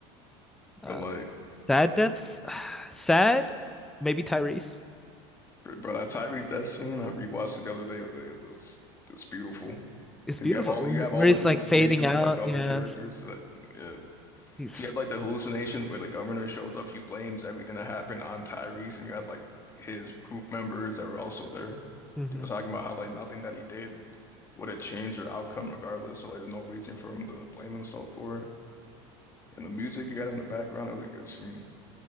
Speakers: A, in the centre; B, on the left (about 20°).
A: Uh,
B: But like
A: sad deaths, <sighs> sad. Maybe Tyrese.
B: bro, bro, that Tyrese that scene, I rewatched it the other day. It was, it was, it's beautiful.
A: It's
B: Cause
A: beautiful
B: you have all the, you have
A: where
B: all
A: he's
B: the hallucinations
A: like fading out.
B: of like the other
A: Yeah,
B: characters. Like, yeah.
A: he's.
B: You had like the hallucination where the governor shows up, he blames everything that happened on Tyrese, and you had like his group members that were also there.
A: Mhm.
B: They were talking about how like nothing that he did would have changed their outcome regardless, so like there's no reason for him to blame himself for it. And the music you had in the background, that was a good scene.